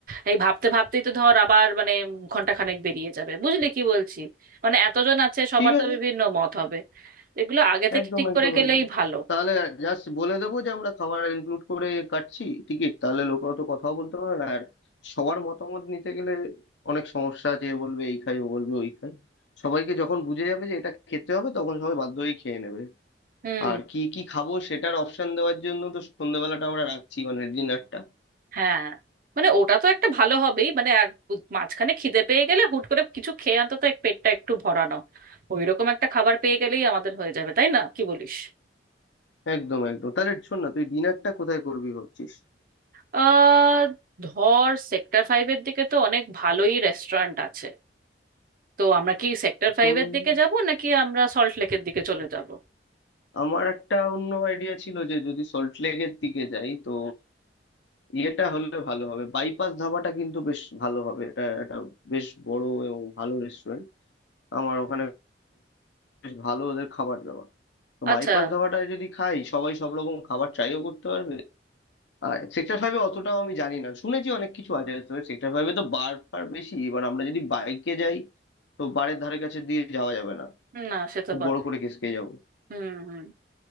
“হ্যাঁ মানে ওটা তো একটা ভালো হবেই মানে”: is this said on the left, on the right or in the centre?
Right